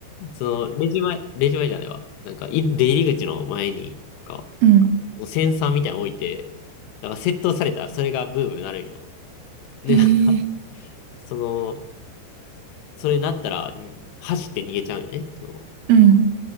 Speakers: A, on the left; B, on the right.
A: その、レジ前、レジ前じゃないわ。なんか、い出入り口の前に、なんか、
B: うん、
A: もうセンサーみたいなの置いて、なんか、窃盗されたらそれがブームになるんよ。で、
B: へえ
A: なんか、その、それになったら、ん走って逃げちゃうよね。その、
B: うん。